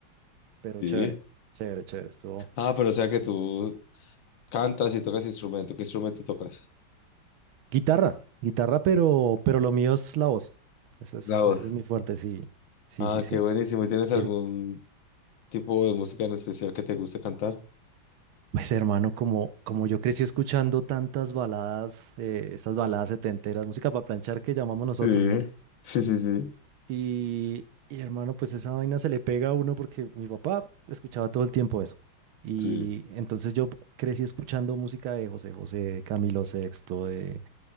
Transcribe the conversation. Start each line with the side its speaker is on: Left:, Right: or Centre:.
Right: pero
Left: sí.
Right: chévere, chévere, chévere, estuvo
Left: Ah, pero o sea
Right: interesante.
Left: que tú cantas y tocas instrumento. ¿Qué instrumento tocas?
Right: Guitarra, guitarra, pero, pero lo mío es la voz. Ese es,
Left: La voz.
Right: ese es mi fuerte, sí, sí,
Left: Ah,
Right: sí, sí.
Left: qué buenísimo. ¿Y tienes algún
Right: Ir-
Left: tipo de música en especial que te guste cantar?
Right: Pues hermano, como, como yo crecí escuchando tantas baladas, eh, estas baladas setenteras, música para planchar que llamamos nosotros,
Left: Sí,
Right: ¿no?
Left: sí, sí, sí.
Right: Y, y, hermano, pues esa vaina se le pega a uno porque mi papá escuchaba todo el tiempo eso. Y
Left: Sí.
Right: entonces yo crecí escuchando música de José José, de Camilo Sexto, de